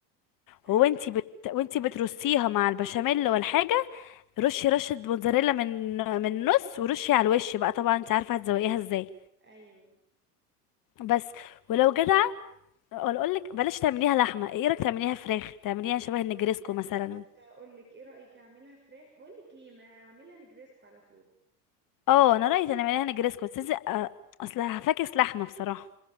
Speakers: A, on the right; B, on the left.
A: ايوه
B: وانتي بت... وانتي بترصيها مع البشاميل والحاجه رشي رشة موتزاريلا من من النص ورشي على الوش بقى طبعا انت عارفة هتزوقيها ازاي
A: ايوه
B: بس ولو جدعة ولا اقولك بلاش تعمليها لحمة ايه رأيك تعمليها فراخ تعمليها شبه النجريسكو
A: انا
B: مثلا
A: كنت هقول لك ايه رايك اعملها فراخ بقول لك ايه ما اعملها نجريسكو على طول
B: اه انا رأيي تعمليها نجريسكو بس إذا- آه، اصل هفاكس لحمة بصراحة